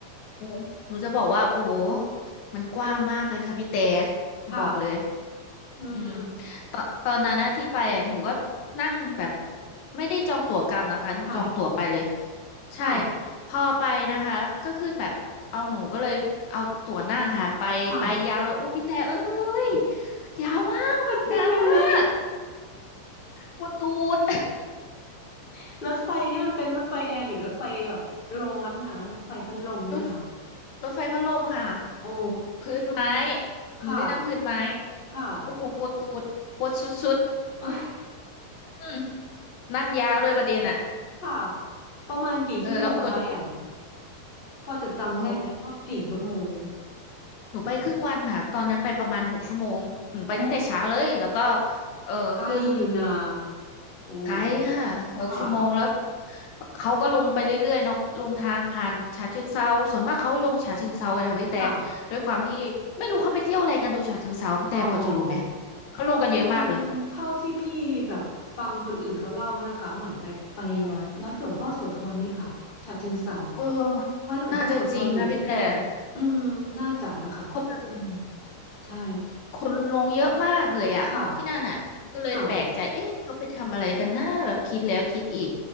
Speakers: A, on the left; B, on the left.
A: โอ้โหหนูจะบอกว่าโอ้โหมันกว้างมากเลยค่ะพี่แต่
B: ค่ะ
A: บอกเลย
B: อืม
A: อืมตอนตอนนั้นนะที่ไปอ่ะหนูก็นั่งแบบไม่ได้จองตั๋วกลับนะคะหนูจองตั๋วไปเลย
B: ค่ะ
A: ใช่
B: ค่ะ
A: พอไปนะคะก็ขึ้นแบบเอาหนูก็เลยเอาตั๋วนั่งค่ะไปไปยาวเลยโอ้พี่แต่เอ้
B: ค่ะ
A: ยยาวมากนานมาก
B: มันเป็นยังไง
A: ปวดตูด
B: <laughs> รถไฟนี่มันเป็นรถไฟแอร์หรือรถไฟแบบร้อนค่ะรถไฟพัดลมเนี่ยเหรอ
A: รถรถไฟพัดลมค่ะ
B: โอ้
A: พื้นไม้หนูได้นั่งพื้นไม้
B: ค่ะค่ะ
A: โอ้โหปวดตูดปวดสุด
B: <laughs> เอ้ย
A: ๆอืมนั่งยาวด้วยประเด็นอ่ะ
B: ค่ะประมาณกี่ชั่วโมงอะคะแอม
A: เออแล้วคน
B: พอจะจำได้ไหมว่ากี่ชั่วโมง
A: โอ้โหหนูไปครึ่งวันค่ะตอนนั้นไปประมาณหกชั่วโมงอืมไปตั้งแต่เช้าเลยแล้วก็
B: โอ้
A: เออขึ้น
B: ไกลอยู่นะโอ้
A: ไกด์ค่ะหกชั่วโมงแล้ว
B: ค่ะ
A: เขาก็ลงไปเรื่อยๆเนาะลงทางผ่านฉะเชิงเทราส่วนมากเขาลงฉะเชิงเทรากันค่ะพี่แต่
B: ค่ะ
A: ด้วยความที่ไม่รู้เขาไปเที่ยวอะไรกันตรงฉะเชิงเทราพี่แต่พอจะรู้ไหม
B: อ๋อ
A: เขาลงกันเยอะมากเลย
B: อืมเท่าที่พี่แบบฟังคนอื่นเขาเล่านะคะเหมือนไปไป
A: เออ
B: วัดหลวงพ่อโสธรไหมคะฉะเชิงเทรา
A: เออ
B: วัดหลวงพ่อโสธรอยู่ที่นั่นอืมน่าจะนะคะอืม
A: น่าจะจริงนะพี่แต่คน
B: ใช่
A: คนลงเยอะมากเลยอะที่นั่นอ่ะก็เลยแปลกใจเอ๊ะเขาไปทำอะไรกันนะแบบคิดแล้วคิดอีก
B: ค่ะค่ะ